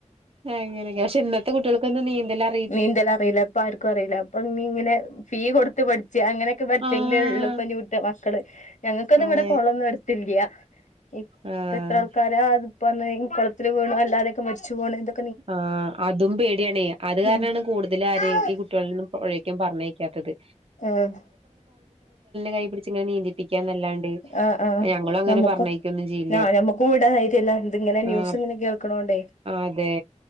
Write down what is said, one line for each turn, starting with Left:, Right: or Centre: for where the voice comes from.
Right: അങ്ങനൊക്കെ പക്ഷെ ഇന്നത്തെ കുട്ടികൾക്കൊന്നും നീന്തൽ അ
Left: നീന്തല് അറിയില്ല അപ്പൊ അറിയില്ല അപ്പൊ ഇ ഇങ്ങനെ ഫീ കൊടുത്ത് പഠിച്ച് അങ്ങനൊക്കെ പഠിച്ചെങ്കിലെ
Right: ആഹ്
Left: ഇള്ളൂ <unintelligible> മക്കള് ഞങ്ങക്കൊന്നും
Right: അതെ
Left: ഇവിടെ കൊളമൊന്നും അടുത്തില്ല്യാ ഇപ്
Right: ആഹ്
Left: ഇപ്പ ഇത്ര ആൾക്കാരെ ഇത് ഇപ്പ <unintelligible> ഈ കൊളത്തില് വീണ് അല്ലാതെയൊക്കെ മരിച്ചു പോണേൻ്റെ
Right: ആഹ് അതുംപോടിയാണേ അത് ഇതുകാരനാണ്
Left: ഉം
Right: കൂടുതല് ആരെയും
Left: ആഹ്
Right: ഈ കുട്ടികളെന്നും പൊഴേക്കും പറ്ഞ്ഞേക്കാത്തത്
Left: ആഹ്
Right: കൈ പിടിച്ച് ഇങ്ങനെ നീന്തിപ്പിക്കാന്നല്ലാണ്ട്
Left: ആഹ് ആഹ്
Right: ഞങ്ങളും അങ്ങനെ
Left: ഞമ്മക്കും
Right: പറഞ്ഞയക്കൊന്നും ചെയ്യില്ല
Left: ഞാ ഞമ്മക്കും ഇവിടെ ധൈര്യല്ലാ ഇത് ഇങ്ങനെ ന്യൂസ്
Right: ആഹ്
Left: ഇങ്ങനെ കേൾക്ക്ണോണ്ടേ
Right: അതെ